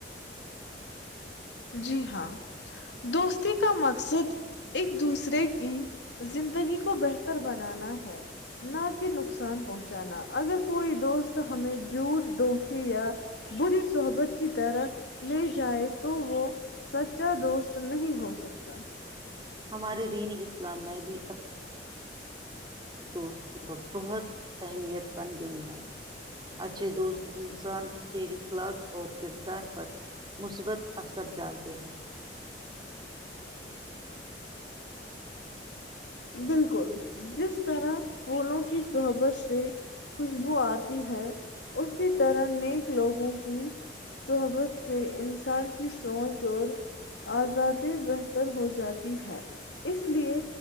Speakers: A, on the left (about 85°); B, on the right (about 25°).
A: جی ہاں دوستی کا مقصد ایک دوسرے کی زندگی کو بہتر بنانا ہے نہ کہ نقصان پہنچانا اگر کوئی دوست ہمیں جھوٹ دھوکے یا بری صحبت کی طرح لے جائے تو وہ سچا دوست نہیں ہو سکتا
B: ہمارے دین اسلام میں بھی دوست بہت اہمیت بن گئی ہے اچھے دوست انسان کے اخلاق اور کردار پر مثبت اثر ڈالتے ہیں
A: بالکل جس طرح پھولوں کی سحبت سے خوشبو آتی ہے اس کی طرحیک لوگوں کی <unintelligible> سحبت سے انسان کی سوچ اور آزادی بہتر ہو جاتی ہے اس لیے